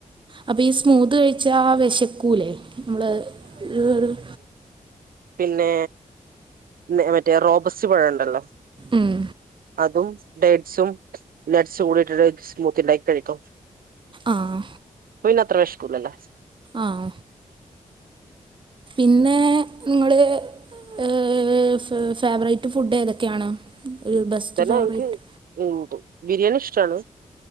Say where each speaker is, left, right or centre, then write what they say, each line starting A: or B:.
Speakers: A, on the right; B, on the right.
A: അപ്പ ഈ സ്മൂത്ത് കഴിച്ചാ വെശക്കൂലേ? മ്ള് ര് വെറും
B: പിന്നേ നെ മറ്റേ റോബസ്റ്റ് പഴംണ്ടല്ലോ
A: ഉം
B: അതും ഡെയ്റ്റ്സും നട്സ് കൂടട്ടിട്ട് സ്മൂത്തിണ്ടാക്കി കഴിക്കും
A: ആഹ്
B: പ്പപിന്നത്ര വെഷ്കൂലല്ലോ
A: ആം പിന്നേ ഇങ്ങള് ഏ ഫ് ഫേവറൈറ്റ് ഫുഡ് ഏതൊക്കെയാണ്? ഒരു ബെസ്റ്റ്
B: പിന്നാ
A: ഫേവറേറ്റ്
B: എനിക്ക് <unintelligible> ബിരിയാണി ഇഷ്ടാണ്